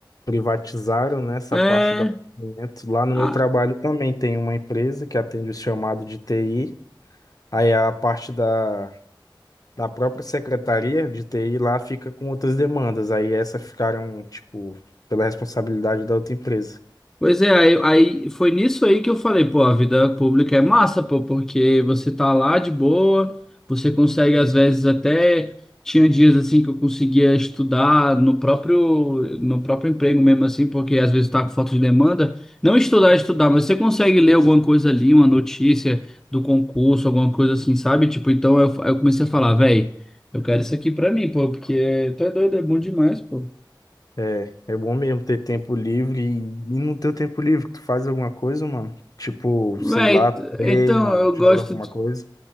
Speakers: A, on the left; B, in the centre.
A: privatizaram, né, essa
B: É.
A: parte do atendimento. Lá no
B: a-
A: meu trabalho também tem uma empresa que atende o chamado de TI. Aí a parte da, da própria secretaria de TI lá fica com outras demandas. Aí essa ficaram, tipo, pela responsabilidade da outra empresa.
B: Pois é, aí, aí foi nisso aí que eu falei, pô, a vida pública é massa, pô, porque você tá lá de boa, você consegue às vezes até tinha dias assim que eu conseguia estudar no próprio no próprio emprego mesmo assim, porque às vezes tá com falta de demanda, não estudar, é estudar, mas você consegue ler alguma coisa ali, uma notícia do concurso, alguma coisa assim, sabe? Tipo, então eu, eu comecei a falar, véi, eu quero isso aqui pra mim, pô, porque tu é doido, é bom demais, pô.
A: É, é bom mesmo ter tempo livre e, e no teu tempo livre tu faz alguma coisa, mano? Tipo,
B: Véi,
A: sei lá, treina,
B: então eu
A: joga
B: gosto
A: alguma coisa.